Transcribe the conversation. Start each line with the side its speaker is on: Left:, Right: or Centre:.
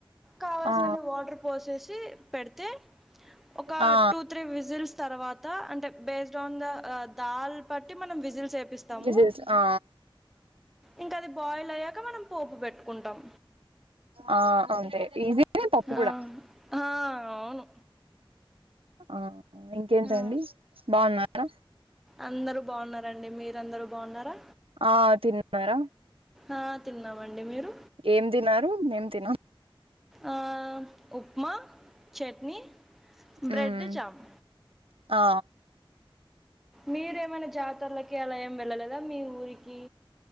Centre: కావాల్సిన
Right: ఆ
Centre: వాటర్ పోసేసి పెడితే ఒక
Right: ఆ!
Centre: టూ త్రీ విజిల్స్ తర్వాత అంటే బేస్డ్ ఆన్ ద దాల్ బట్టి మనం విజిల్ చేపిస్తాము
Right: విజిల్స్ ఆ
Centre: ఇంకా అది బాయిల్ అయ్యాక మనం పోపు పెట్టుకుంటాం
Right: ఆ అంతే ఈజీనే పప్పు
Centre: ఆ
Right: కూడా
Centre: హా అవును
Right: ఆ ఇంకేంటండి
Centre: ఆ
Right: బాగున్నారా
Centre: అందరుూ బావున్నారండి మీరందరూ బవున్నారా
Right: ఆ తిన్నారా
Centre: ఆ తిన్నామండి మీరు
Right: ఏం తిన్నారు నేం తిన
Centre: ఆ ఉప్మా చట్నీ
Right: హ్మ్.
Centre: బ్రెడ్ జమ్
Right: ఆ
Centre: మీరేమైనా జాతరలకి అలా ఏం వెళ్ళలేదా మీ ఊరికి